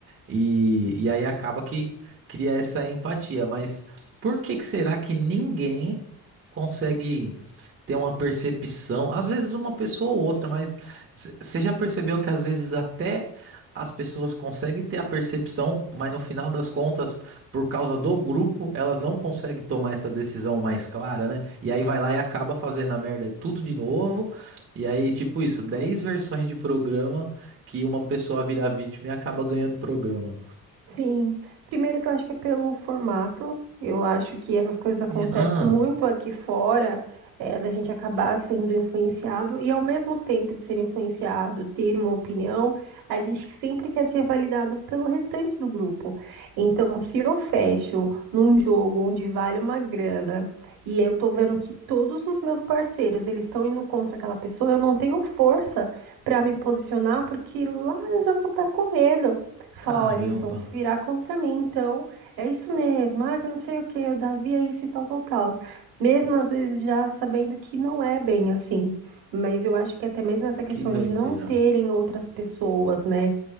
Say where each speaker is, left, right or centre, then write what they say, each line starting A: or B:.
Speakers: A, on the right; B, on the right.
A: E, e aí acaba que cria essa empatia. Mas por que que será que ninguém consegue ter uma percepção? Às vezes uma pessoa ou outra, mas c- você já percebeu que às vezes até as pessoas conseguem ter a percepção, mas no final das contas, por causa do grupo, elas não conseguem tomar essa decisão mais clara, né? E aí vai lá e acaba fazendo a merda tudo de novo. E aí, tipo isso, 10 versões de programa que uma pessoa vira vítima e acaba ganhando programa.
B: Sim, primeiro que eu acho que é pelo formato, eu acho que essas coisas acontecem
A: E- Ah,
B: muito aqui fora, é, da gente acabar sendo influenciado e ao mesmo tempo de ser influenciado, ter uma opinião, a gente sempre quer ser validado pelo restante do grupo. Então, se eu fecho num jogo onde vale uma grana e eu tô vendo que todos os meus parceiros eles estão indo contra aquela pessoa, eu não tenho força para me posicionar porque lá eu já vou estar com medo.
A: caramba,
B: Falar, olha, eles vão se virar contra mim, então é isso mesmo, ah, que não sei o que, o Davi é isso e tal, tal, tal. Mesmo às vezes já sabendo que não é bem assim. Mas eu acho que até mesmo essa questão
A: que doideira.
B: de não terem outras pessoas, né?